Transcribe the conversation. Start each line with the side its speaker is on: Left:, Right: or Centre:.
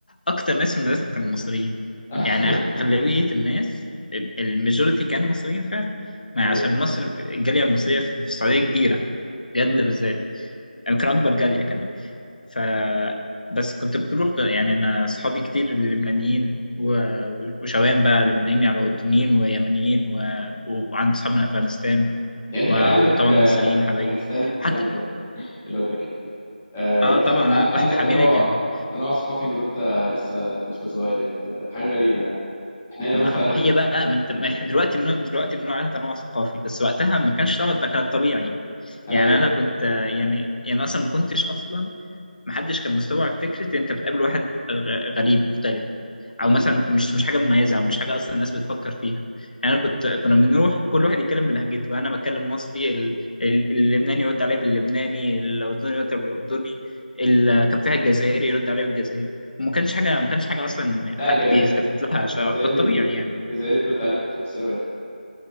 Left: اكتر ناس في المدرسه كانوا مصريين
Centre: <laughs>
Left: يعني اغلبيه الناس الماجوريتي كانوا مصريين فعلا ما
Centre: أيوة.
Left: عشان مصر الجاليه المصريه في في السعوديه كبيره جده
Centre: أمم.
Left: بالذات يعني كان اكبر جاليه كمان ف بس كنت بتروح يعني انا اصحابي كتير لبنانيين و- وشوام بقى لبنانيين يعني اردنيين ويمنيين و... وعندي اصحاب من افغانستان
Centre: يعني
Left: و...
Centre: انت كان عندك
Left: وطبعا
Centre: آه،
Left: مصريين حبايبي
Centre: افغانستان
Left: حتى
Centre: ايه يا عم الواد- الواد ده كان كده آه، يعني
Left: اه
Centre: انت
Left: طبعا
Centre: عندك عن- عندك
Left: واحد حبيبي
Centre: تنوع
Left: كان
Centre: تنوع ثقافي من وانت لسه طفل صغير يعني انت حاجه غريبه يعني احنا هنا
Left: ما
Centre: مثلا
Left: ما هي بقى من ما احنا دلوقتي من دلوقتي بنقول عليها تنوع ثقافي بس وقتها ما كانش طبعا ده كان طبيعي
Centre: ايوه
Left: يعني انا كنت آه، يعني يعني اصلا ما كنتش اصلا ما حدش كان مستوعب فكره انت بتقابل واحد غ- غريب مختلف
Centre: أمم.
Left: او مثلا مش مش حاجه مميزه او مش حاجه اصلا الناس بتفكر فيها يعني انا كنت كنا بنروح كل واحد يتكلم بلهجته انا بتكلم مصري ال- ال- اللبناني يرد عليا باللبناني الاردني يرد عليا بالاردني ال- كان فيها الجزائري يرد عليا بالجزائري وما كانش حاجه ما كانش حاجه اصلا
Centre: لا
Left: حد
Centre: الج-
Left: بيلتفت لها عشان
Centre: الجزائري
Left: ده الطبيعي يعني
Centre: الجزائري بيرد عليك بالفرنساوي